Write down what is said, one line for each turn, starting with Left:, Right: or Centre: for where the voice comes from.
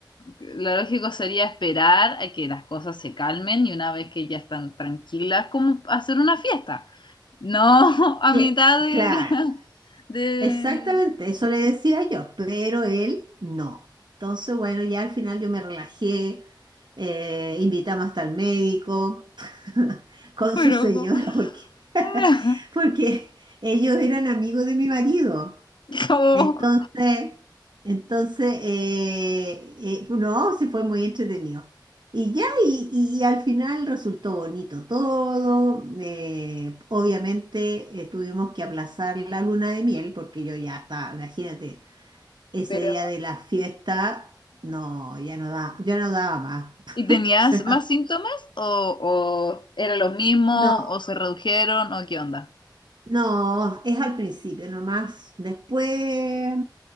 Left: lo lógico sería esperar a que las cosas se calmen y una vez que ya están tranquilas, como hacer una fiesta. No <laughs> a
Right: cla-
Left: mitad de
Right: claro.
Left: la, del
Right: Exactamente, eso le decía yo, pero él no. Entonces, bueno, ya al final yo me relajé, eh, invitamos hasta el médico <laughs> con
Left: pero,
Right: su señora, porque, <laughs>
Left: <laughs>
Right: porque ellos eran amigos de mi marido.
Left: como-
Right: Entonces, entonces, eh, eh, no, sí fue muy entretenido. Y ya, y, y al final resultó bonito todo. eh, obviamente eh, tuvimos que aplazar la luna de miel porque yo ya estaba, imagínate, ese
Left: pero
Right: día de la fiesta, no, ya no da, ya no daba más. <laughs>
Left: ¿y tenías
Right: O sea,
Left: más síntomas o, o era lo mismo
Right: no,
Left: o se redujeron o qué onda?
Right: No, es al principio nomás. Después,